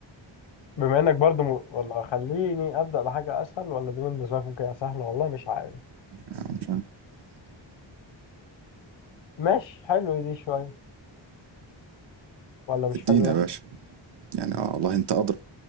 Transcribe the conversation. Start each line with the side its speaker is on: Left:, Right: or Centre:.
Left: بما انك برضو م... ولا خليني ابدا بحاجه اسهل ولا دي بالنسبه لك ممكن تبقى سهله والله مش عارف
Right: مش عارف.
Left: ماشي حلو دي شويه ولا مش
Right: ادينا
Left: حلوة
Right: يا باشا يعني اه والله انت ادرى